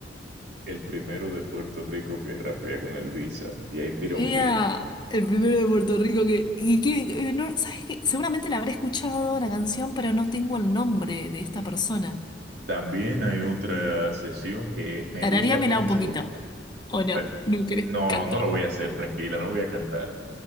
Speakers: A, on the right; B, on the left.
A: el primero de Puerto Rico que rapea con el Visa, y ahí tira
B: Era
A: un beat.
B: el primero de Puerto Rico que... ¿Y qué? Eh, no, ¿sabes qué? Seguramente la habré escuchado la canción, pero no tengo el nombre de esta persona.
A: También hay otra sesión que me
B: Tararíamela
A: gusta mucho.
B: un poquito. ¿O no?
A: Eh,
B: ¿No querés
A: No,
B: cantar?
A: no lo voy a hacer, tranquila, no voy a cantar.